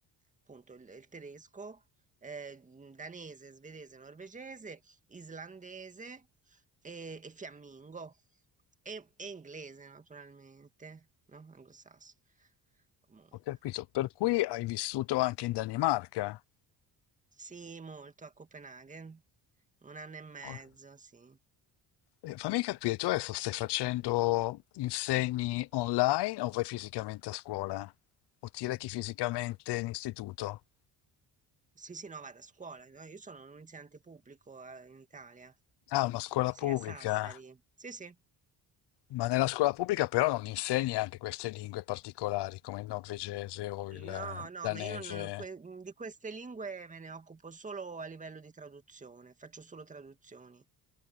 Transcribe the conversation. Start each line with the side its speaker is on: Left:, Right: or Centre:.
Right: appunto il, il tedesco, eh, mh, danese, svedese, norvegese, islandese e, e fiammingo e, e inglese, naturalmente, no? Anglosassone. Comunque,
Left: Ho capito. Per cui hai vissuto anche in Danimarca?
Right: sì, molto a Copenaghen, un anno e mezzo,
Left: Ho-
Right: sì.
Left: eh, Fammi capire, tu adesso stai facendo insegni online o vai fisicamente a scuola? O ti rechi fisicamente in istituto?
Right: Sì, sì, no, vado a scuola, no? Io sono un insegnante pubblico, eh, in Italia.
Left: Ah, una scuola
Right: Sì,
Left: pubblica,
Right: a Sassari. Sì, sì.
Left: ma nella scuola pubblica però non insegni anche queste lingue particolari come il norvegese o il eh,
Right: No, no,
Left: danese.
Right: ma io non, que- mhmm, di queste lingue me ne occupo solo a livello di traduzione, faccio solo traduzioni,